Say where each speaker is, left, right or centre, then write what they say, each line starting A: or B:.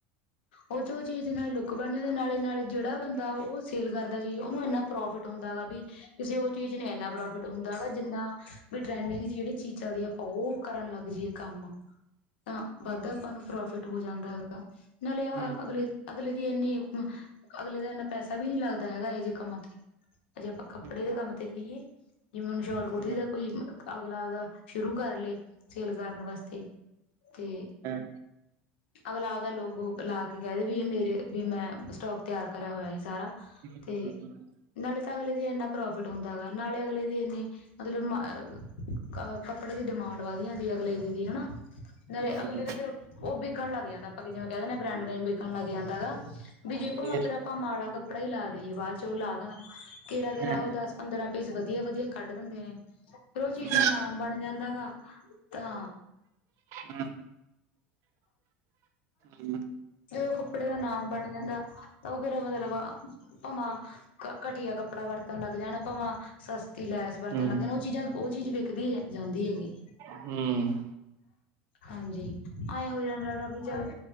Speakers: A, on the left; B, on the right.
A: ਉਹ ਚ ਉਹ ਚੀਜ਼ ਦੇ ਨਾਲ ਲੁੱਕ ਬਣ ਜਾਂਦੇ ਨਾਲੇ ਨਾਲ ਜਿਹੜਾ ਬੰਦਾ ਉਹ ਸੇਲ ਕਰਦਾ ਚੀਜ਼ ਉਹਨੂੰ ਇੰਨਾ ਪ੍ਰੋਫਿਟ ਹੁੰਦਾ ਗਾ ਵੀ ਕਿਸੇ ਉਹ ਚੀਜ਼ ਨ ਇਨਾ ਪ੍ਰੋਫਿਟ ਹੁੰਦਾ ਗਾ ਜਿੰਨਾ ਵੀ ਟਰੈਂਡਿੰਗ ਜਿਹੜੀ ਚੀਜ਼ ਚੱਲਦੀ ਆ ਆਪਾਂ ਉਹ ਕਰਨ ਲੱਗ ਜਾਈਏ ਕੰਮ। ਤਾਂ ਵੱਧਾ ਆਪਾਂ ਨੂੰ ਪ੍ਰੋਫਿਟ ਹੋ ਜਾਂਦਾ ਹੈਗਾ ਨਾਲੇ
B: ਹੂੰ ਹੂੰ
A: ਅਗਲੇ ਅਗਲੇ ਇੰਨੀ ਅਗਲੇ ਦਾ ਇੰਨਾ ਪੈਸਾ ਵੀ ਨੀ ਲੱਗਦਾ ਹੈਗਾ ਇਹ ਜਿਹੇ ਕੰਮਾਂ ਤੇ। ਅਜੇ ਆਪਾਂ ਕੱਪੜੇ
B: ਹੂੰ,
A: ਦੇ ਕੰਮ ਤੇ ਕਹੀਏ ਜਿਵੇਂ ਹੁਨ ਸ਼ੋਟ ਕੁੜਤੀ
B: ਹਾਂ
A: ਦਾ ਕੋਈ ਅਗਲਾ ਆਪਦਾ ਸ਼ੁਰੂ ਕਰ ਲਏ ਸੇਲ ਕਰਨ ਵਾਸਤੇ। ਤੇ
B: ਹਾਂ
A: ਅਗਲਾ ਆਪਦਾ ਲੋਕ ਲਾ ਕੇ ਕਹਿ ਦੇ ਵੀ ਇਹ ਮੇਰੇ ਵੀ ਮੈਂ ਸਟੋਕ ਤਿਆਰ ਕਰਿਆ ਹੋਇਆ ਸੀ ਸਾਰਾ।
B: ਹਮ ਹਮ
A: ਤੇ
B: ਹਮ ਹਮ।
A: ਨਾਲੇ ਤਾਂ ਅਗਲੇ ਦੀ ਇੰਨਾ ਪ੍ਰੋਫਿਟ ਹੁੰਦਾ ਗਾ ਨਾਲੇ ਅਗਲੇ ਦੀ ਇੰਨੇ ਮਤਲਬ ਕ ਕੱਪੜੇ ਦੀ ਡਿਮਾਂਡ ਵਧੀ ਜਾਂਦੀ ਅਗਲੇ ਦੀ ਵੀ ਹੈਨਾ। ਨਾਲ
B: ਹੂੰ
A: ਅਗਲੇ ਤਾਂ ਫੇਿਰ ਉਹ ਵਿਕਣ ਲੱਗ ਜਾਂਦਾ ਆਪਾਂ ਜਿਵੇਂ ਕਹਿ ਦੇਨੇ ਆ। ਫਰੈਂਡ ਵੇਖਣ ਲੱਗ ਜਾਂਦਾ ਹੈਗਾ ਵੀ ਜੀ
B: ਫੇਰ
A: ਫੇਿਰ ਆਪਾਂ ਮਾੜਾ ਕੱਪੜਾ ਹੀ ਲਾ ਦੇਈਏ ਬਾਅਦ ਚ ਉਹ ਲਾ ਦੇਣਾ ਕਿਰਾ ਕਿਰਾ
B: ਹਾਂ,
A: ਉਹ ਦਸ ਪੰਦਰਾਂ ਪੀਸ ਵਧੀਆ ਵਧੀਆ ਕੱਢ ਦਿੰਦੇ ਨੇ। ਫਰੋ ਚੀਜ਼
B: ਹੂੰ
A: ਦਾ ਨਾਮ ਬਣ ਜਾਂਦਾ ਗਾ ਤਾਂ
B: ਹਾਂ। ਹੂੰ।
A: ਜ ਉਹ ਕੱਪੜੇ ਦਾ ਨਾਮ ਬਣ ਜਾਂਦਾ ਤਾਂ ਉਹ ਫੇਰ ਮਤਲਬ ਭਮਾ ਘਟੀਆ ਕੱਪੜਾ ਵਰਤਣ ਲਗ ਜਾਣ ਭਵਾ ਸਸਤੀ ਲੈ ਬਰਤਨ
B: ਹੂੰ,
A: ਲੱਗੇ
B: ਹੂੰ।
A: ਨੇ ਉਹ ਚੀਜ਼ਾਂ ਉਹ ਚੀਜ਼ ਵਿਕਦੀ ਜਾਂਦੀ ਹੈਗੀ।
B: ਹੂੰ
A: ਹਾਂਜੀ ਆਏਂ ਹੋ ਜਾਣ ਗ ਵੀ ਚਲੋ